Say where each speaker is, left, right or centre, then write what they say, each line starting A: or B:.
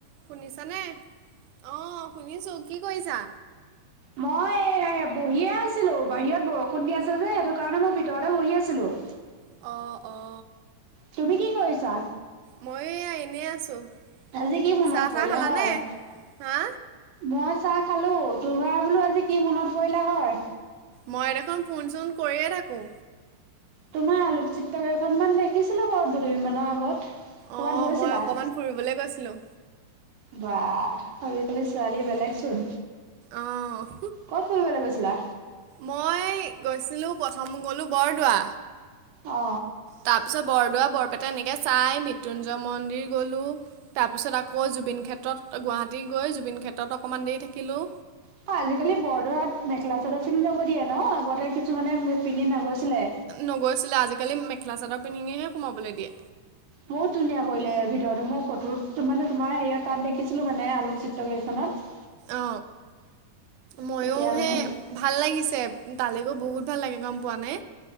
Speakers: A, on the right; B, on the right.
A: শুনিছানে অ', শুনিছো কি কৰিছা?
B: মই বহিয়ে আছিলো বাহিৰত বৰষুণ দি আছে যে সেইটো কাৰণে মই ভিতৰতে বহি আছিলো।
A: অ', অ'
B: তুমি কি কৰিছা।
A: মই এয়া এনেই আছোঁ।
B: আজি কি মনত
A: চাহ
B: পৰিলে
A: তাহ খালানে?
B: হয়।
A: হা?
B: মই চাহ খালোঁ তোৰ <unintelligible> বোলো আজি কি মনত পৰিলে হয়।
A: মই দেখোন ফোন চোন কৰিয়ে থাকোঁ।
B: তোমাৰ আলোকচিত্ৰ কেইখনমান দেখিছিলো বাৰু দুদিনমানৰ আগত। ক'ৰবাত
A: অ
B: গৈছিলা?
A: মই অকণমান ফুৰিবলৈ গৈছিলোঁ।
B: বাহ আজিকালি ছোৱালী বেলেগচোন।
A: অহ।
B: ক'ত ফুৰিবলৈ গৈছিলা।
A: মই গৈছিলোঁ প্ৰথম গ'লো বৰদোৱা।
B: অ।
A: তাৰপিছত বৰদোৱা বৰপেটা এনেকৈ চাই মৃত্যুঞ্জয় মন্দিৰ গ'লোঁ। তাৰপিছত আকৌ জুবিন ক্ষেত্ৰত গুৱাহাটী গৈ জুবিন ক্ষেত্ৰত অকমান দেৰি থাকিলোঁ।
B: <unintelligible> আজিকালি বৰদোৱাত মেখেলা চাদৰ পিন্ধি যাব দিয়ে নহ আগতে কিছুমানে পিন্ধি নগৈছিলে।
A: নগৈছিলে আজিকালি মেখেলা চাদৰ পিন্ধিহে সোমাবলৈ দিয়ে।
B: বহুত ধুনীয়া কৰিলে ভিতৰত মই ফটো মানে তোমাৰ হেৰি তাত দেখিছিলো মানে আলোকচিত্ৰ কেইখনত।
A: অ মইও
B: তেতিয়া মানে
A: সেই। ভাল লাগিছে তালে গৈ বহুত ভাল লাগে গম পোৱা নে।